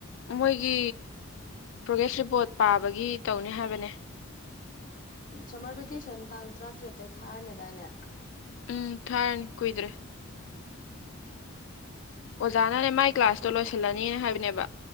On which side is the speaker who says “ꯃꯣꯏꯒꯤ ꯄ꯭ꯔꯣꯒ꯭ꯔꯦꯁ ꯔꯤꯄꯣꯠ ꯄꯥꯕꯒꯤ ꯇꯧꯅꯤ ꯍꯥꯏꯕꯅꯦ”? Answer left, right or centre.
Left